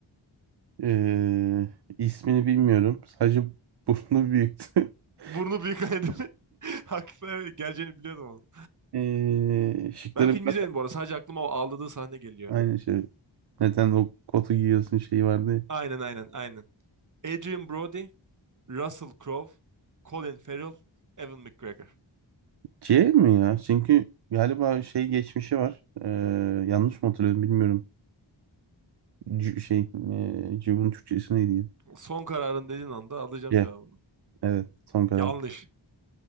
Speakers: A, on the right; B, on the right.
A: Ee, ismini bilmiyorum. Sadece burnu büyüktü. <laughs>
B: Burnu büyük nedeni. <laughs> Haklı. evet, Geleceğini biliyordum oğlum.
A: Ee, şıkları
B: Ben filmi
A: biraz
B: izlemedim bu arada. Sadece aklıma o ağladığı sahne geliyor.
A: aynı şey. Neden o kotu giyiyorsun şeyi vardı. ya.
B: Aynen aynen aynen. Adrian Brody, Russell Crowe, Colin Farrell, Evan McGregor.
A: C mi ya? Çünkü galiba şey geçmişi var. Ee, yanlış mı hatırlıyorum bilmiyorum. C şey, e, Cıv'ın Türkçesi neydi ya?
B: Son kararın dediğin anda alacağım
A: C.
B: cevabını.
A: Evet, son karar.
B: Yanlış.